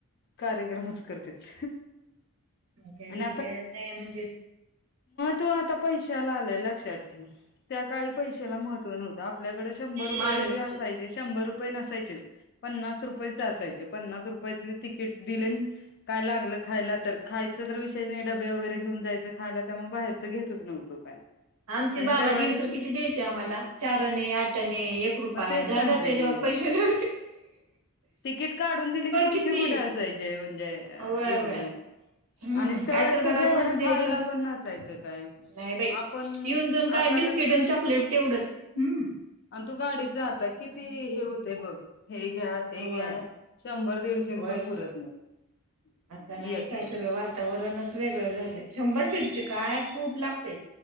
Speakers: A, on the left; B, on the right.
A: कार्यक्रमच करतेत
B: ह्या
A: आणि
B: विशेष च नाही म्हंणजे
A: त आता पैशाला आला लक्षात ठेव त्या काळी पैशाला महत्व नव्हतं आ आपल्याकडे शंभर रुपये
B: माणुसकी
A: जरी असाय शंभर रुपय नसायचे च पन्नास रुपय असायचे पन्नास रुपयात तिकीट दिले काय लागलं खायला तर खायचं तर विषय नाही डबे वगैरे घेऊन जायचं खायला त्यामुळे बाहेरच घेतच नव्हतो काय
B: आमचे
A: आणि
B: बाबा
A: त्यावेेळेस
B: दिल तर किती द्यायचे आम्हाला चारने आठने एक रुपय
A: मग तेच
B: झाला
A: सांगते
B: त्याच्यावर
A: की
B: पैसे ना
A: तिकीट काढून दिले की पैसे
B: किती
A: कुठे असायचे म्हणजे
B: होय
A: एवढं
B: होय हम्म
A: आणि त्या
B: काय
A: वेळेस
B: तर
A: कसं
B: घरात
A: एवढं
B: न द्यायचं
A: खायला पण नसायचं काय
B: नाही बाई
A: आपण
B: येऊन जाऊन
A: आता
B: काय बिस्किट
A: कसं
B: आणि चॉकलेट तेवढंच हम्म
A: आणि तू गाडीत जात किती होतय बघ हे घ्या ते
B: होय
A: घ्या शंभर दीडशे
B: होय होय
A: पुरत नाहीत
B: आता नाही
A: येस
B: काय
A: तोवर
B: सगळं वातावरणच वेगळं झालंय शंभर दीडशे काय खूप लागते